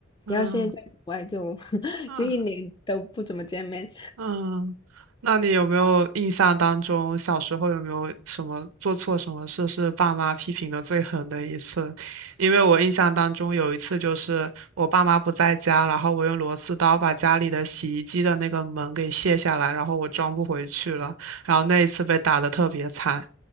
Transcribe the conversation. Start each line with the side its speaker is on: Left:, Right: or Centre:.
Right: 嗯
Left: 然后现在在国外就 <laughs>
Right: 嗯
Left: 就一年都不怎么见面。
Right: 嗯，那你有没有印象当中小时候有没有什么做错什么事是爸妈批评的最狠的一次？因为我印象当中有一次就是我爸妈不在家，然后我用螺丝刀把家里的洗衣机的那个门给卸下来，然后我装不回去了，然后那一次被打得特别惨。